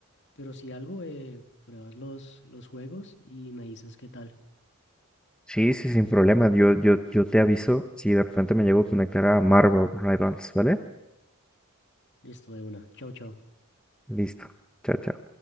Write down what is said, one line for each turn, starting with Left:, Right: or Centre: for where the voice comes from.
Left: Pero si algo, eh, pruebas los, los juegos y me dices qué tal.
Centre: Sí, sí, sin problema. Yo, yo, yo te aviso si de repente me llego a conectar a Marvel Rivals, ¿vale?
Left: Listo de una. Chao, chao.
Centre: Listo. Chao, chao.